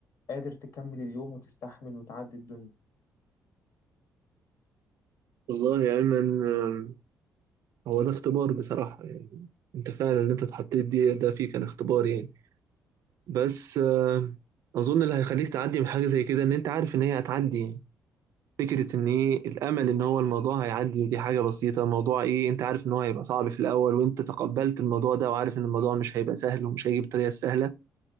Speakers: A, on the left; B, on the right.
A: قادر تكمل اليوم وتستحمل وتعدي الدنيا
B: والله يا أيمن آه، هو ده اختبار بصراحة يعني أنت فعلا اللي أنت اتحطيت دي ده فيه كان اختبار يعني بس آه، أظن اللي هيخليك تعدي من حاجة زي كده إن أنت عارف إن هي هتعدي يعني فكرة إن إيه الأمل إن هو الموضوع هيعدي ودي حاجة بسيطة موضوع إيه أنت عارف إن هو هيبقى صعب في الأول وأنت تقبلت الموضوع ده وعارف إن الموضوع مش هيبقى سهل ومش هيجي بطريقة سهلة